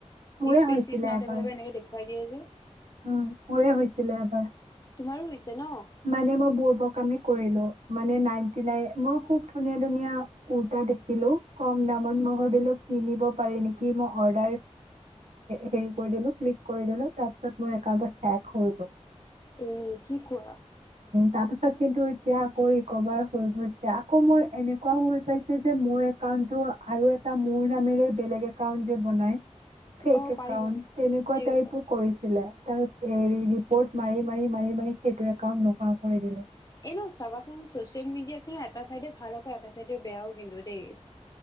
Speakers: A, on the right (about 70°); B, on the left (about 30°).
A: মোৰে
B: ডিচ-পেজ-
A: হৈছিলে
B: ইজ নট
A: এবাৰ
B: অভেলেবল এনেকে দেখুৱাই দিয়ে। এ',
A: উম', মোৰে হৈছিলে এবাৰ।
B: তোমাৰো হৈছে? ন
A: মানে মই বুৰ্বক কামে কৰিলো। মানে নাইণ্টি নাইন, খুব ধুনীয়া- ধুনীয়া কুৰ্তা দেখিলোঁ কম দামত, মই ভাবিলোঁ কিনিব পাৰি নেকি, মই অৰ্ডাৰ হেই কৰি দিলোঁ, মানে ক্লিক কৰি দিলোঁ একাউণ্টতো হেক হৈ গল।
B: এ', কি কোৱা, -
A: তাৰ পিছত কিন্তু এতিয়া আকৌ ৰিকভাৰ হৈ গৈছে। আকৌ মোৰ এনেকুৱা হৈ পাইছে যে, মোৰ একাউণ্টটো, আৰু এটা মোৰ নামেৰে বেলেগ এ, '- একাউণ্ট যে বনাই। ফেক
B: অ
A: একাউন্ট,
B: পাৰি পাৰি
A: তেনেকুৱা
B: ঠিক
A: টাইপো
B: আছে
A: কৰিছিলে। তাৰ এ', ৰিপৰ্ট মাৰি -মাৰি - মাৰি -মাৰি সেইটোৱে, কাম নকৰা কৰি দিলো।
B: এ', ন', চাবাচোন চচিয়েল- মিডিয়াত কিন্তু এটা চাইডে ভাল আকৌ এটা চাইডে বেয়াও কিন্তু দেই।